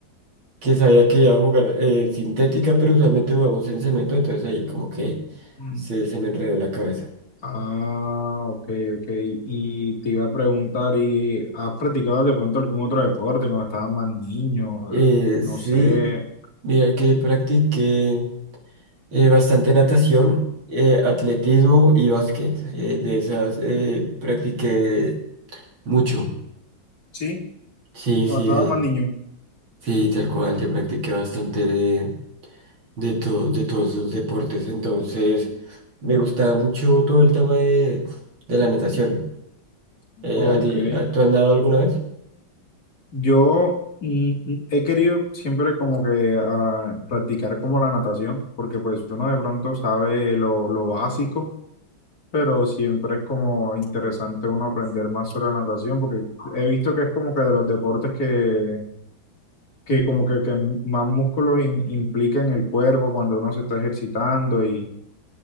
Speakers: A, on the right; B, on the left.
A: que sabía que iba a jugar eh, sintética, pero usualmente jugamos en cemento, entonces ahí como que
B: Mm.
A: se, se me enredó la cabeza.
B: Ah, ok, ok. Y te iba a preguntar, ¿y has practicado de pronto algún otro deporte cuando estabas más niño?
A: Eh,
B: No
A: sí,
B: sé.
A: mira que practiqué eh, bastante natación, eh, atletismo y básquet. eh, de esas eh, practiqué mucho.
B: Sí,
A: Sí,
B: cuando
A: sí,
B: estaba más niño.
A: sí, tal cual. Yo practiqué bastante de, de, todo, de todos los deportes. Entonces, me gustaba mucho todo el tema de, de la natación. Eh,
B: Ok.
A: ¿a ti, a- tú has nadado alguna vez?
B: Yo mm, mm, he querido siempre como que ah, practicar como la natación, porque pues uno de pronto sabe lo, lo básico, pero siempre es como interesante uno aprender más sobre la natación, porque he visto que es como que de los deportes que, que como que, que más músculos in- implica en el cuerpo cuando uno se está ejercitando y,